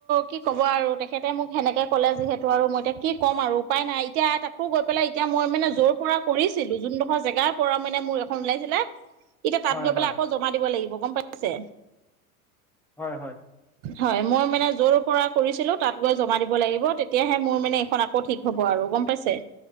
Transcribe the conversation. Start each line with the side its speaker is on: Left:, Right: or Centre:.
Right: কি ক'ব আৰু তেখেতে মোক সেনেকে কলে যিহেতু আৰু মই এতিয়া কি ক'ম আৰু উপায় নাই এতিয়া তাকো গৈ পেলাই এতিয়া মই মানে যৰ পৰা কৰিছিলো যোনডোখৰ জেগাৰ পৰা মানে মোৰ এখন ওলাইছিলে এতিয়া তাত
Centre: হয়
Right: গৈ পেলাই
Centre: হয়
Right: আকৌ জমা দিব লাগিব। গম পাইছে?
Centre: হয় হয়।
Right: হয়, মই মানে যৰ পৰা কৰিছিলো তাত গৈ জমা দিব লাগিব, তেতিয়াহে মোৰ মানে এইখন আকৌ ঠিক হ'ব আৰু গম পাইছে?